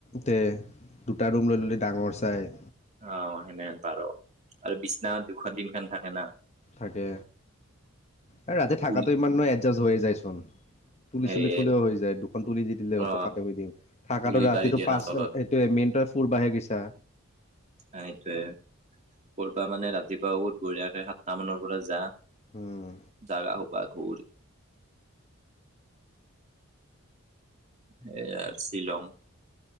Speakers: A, on the left; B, on the right.
A: তে দুটা ৰুম লৈ ললি ডাঙৰ চাই।
B: অ সেনে সেন পাৰ আৰু বিছনা দুখন তিনখন থাকে না।
A: থাকে। এ ৰাতি থাকাটো
B: তুল
A: ইমান নো এডজাষ্ট হৈয়ে যাইচোন। তুলি
B: এই
A: চুলিত শুলেও হৈ যায় দুখন তুলি দি দিলে হল
B: অ
A: পকাত নামি দিম থাকাটো
B: তুলি
A: ৰাতিটো
B: পাৰি দিয়ে না
A: পাঁচ
B: তলত
A: এইটোৱে মে কিন্তৰ ফুুৰবাহে গিছা।
B: আ এইটোয়ে কৰ'পা মানে ৰাতিপুৱা উঠ বঢ়িয়াকে সাতটা মানৰ পৰা যা।
A: উম
B: জাগা হোপা ঘূৰ। সেয়ে আৰ শ্বিলং।